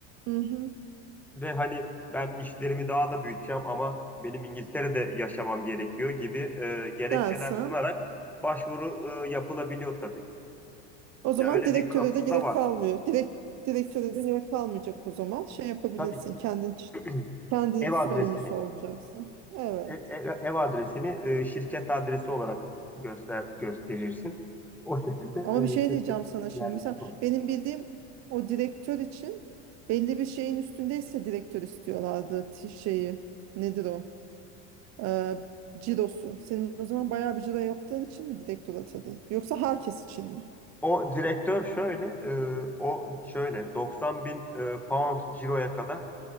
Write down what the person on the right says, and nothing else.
Hı hı.
Dersen.
O zaman
direktöre
de gerek
kalmıyor. Direkt direktöre de gerek kalmayacak o zaman. Şey yapabilirsin.
Kendin
kendin
sorumlusu
olacaksın. Evet.
Ama bir şey
diyeceğim sana şimdi.
Mesela
benim bildiğim o direktör için belli bir şeyin üstündeyse direktör istiyorlardı t- şeyi. Nedir o? e, cirosu. Senin o zaman bayağı bir ciro yaptığın için mi direktör atadın? Yoksa herkes için mi?